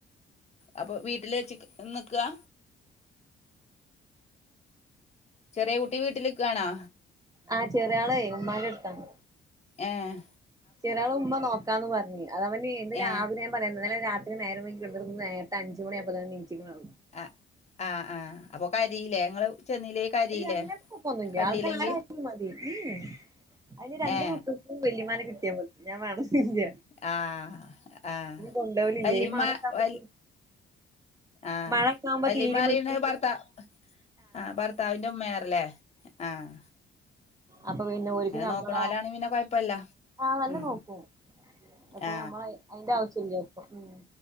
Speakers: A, on the left; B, on the right.
A: അപ്പൊ വീട്ടില് വെച്ച ഇന്ന് നിക്കാ ചെറിയ കുട്ടി വീട്ടിലിക്കാണോ?
B: ആഹ ചെറിയ ആളേ ഉമ്മാന്റെ അടുത്താണ്.
A: ഏഹ്
B: ചെറിയ ആളെ ഉമ്മ നോക്കാന്ന് പറഞ്ഞ് അത് അവന് ഇന്ന് രാവിലെ
A: ഏ
B: ഞാൻ പറയുന്നത് ഇന്നലെ രാത്രി നേര വൈകി കിടന്നിട്ട് നേരത്തെ അഞ്ച മണിയപ്പോ തന്ന നീച്ചക്കണ്
A: ആഹ് ആഹ് ആഹ് അപ്പൊ കരിയില്ലേ ങ്ങള് ചെന്നില്ലേ കരിയില്ലേ
B: അല്ല അങ്ങനത്തെ കുഴപ്പൊന്നുല്ല
A: കണ്ടില്ലെങ്കിൽ
B: ആൾക്ക് ആരെ മതി ഉം ഉം അതിന് രണ്ടു
A: ഏ
B: മക്കക്കും വല്യയമ്മാനെ കിട്ടിയാമതി ഞാൻ വേണോന്നില്ല.
A: ആഹ് ആഹ്
B: കൊണ്ടോവലില്ലേ
A: വലിമ്മ
B: ഈ മഴക്കാവുമ്പോ
A: വ ആഹ്
B: മഴക്കാവുമ്പോ
A: വല്ലിമ്മപറിയണ
B: തീരിം പറ്റൂല്ല
A: ഭർത്താവ് ആഹ് ഭർത്താവിന്റെ ഉമ്മയാറല്ലേ ആഹ്
B: അപ്പൊ പിന്നെ ഓരിയ്ക്ക് ഞമ്മളെ
A: നോക്കണോലാണെ പിന്നെ കൊഴപ്പല്ല
B: ആഹ് നല്ലം
A: ഉം
B: നോക്കും അപ്പ
A: ആ
B: ഞമ്മൾ അതിന്റെ ആവശ്യംല്ല ഇപ്പൊ ഉം